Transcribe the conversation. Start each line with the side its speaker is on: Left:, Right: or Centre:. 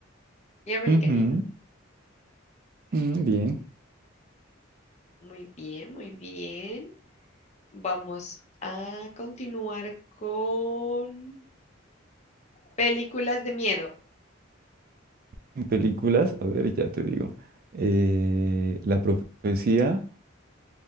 Left: y Americanino.
Right: Ujú, mm, bien.
Left: Muy bien, muy bien. Vamos a continuar con películas de miedo.
Right: En películas, a ver, ya te digo. Eh, La profecía,